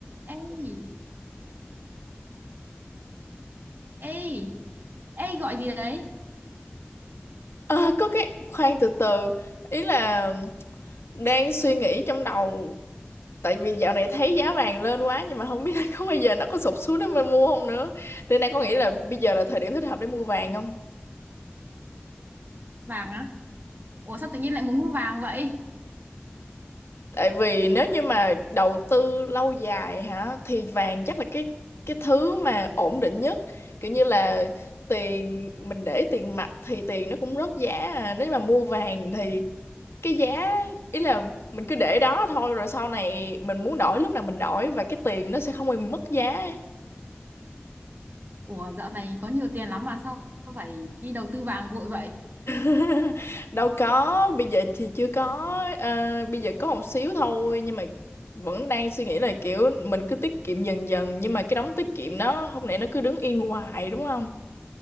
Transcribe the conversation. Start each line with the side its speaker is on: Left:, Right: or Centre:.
Right: Ê, ê, ê gọi gì đấy?
Left: Ờ, có cái khoan từ từ ý là đang suy nghĩ trong đầu tại vì dạo này thấy giá vàng lên quá nhưng mà không biết <laughs> là có bây giờ nó có sụp xuống để mình mua không nữa nên đang có nghĩ là bây giờ là thời điểm thích hợp để mua vàng không
Right: Vàng á? Ủa sao tự nhiên lại muốn mua vàng vậy?
Left: tại vì nếu như mà đầu tư lâu dài hả thì vàng chắc là cái cái thứ mà ổn định nhất kiểu như là tiền mình để tiền mặt thì tiền nó cũng rớt giá à. nếu mà mua vàng thì cái giá ý là mình cứ để đó thôi rồi sau này mình muốn đổi lúc nào mình đổi và cái tiền nó sẽ không bị mất giá ấy.
Right: Ủa dạo này có nhiều tiền lắm mà sao phải đi đầu tư vàng vội vậy?
Left: <laughs> đâu có bây giờ thì chưa có ờ, bây giờ có một xíu thôi nhưng mà vẫn đang suy nghĩ là kiểu mình cứ tiết kiệm dần dần nhưng mà cái đống tiết kiệm đó không lẽ nó cứ đứng yên hoài đúng không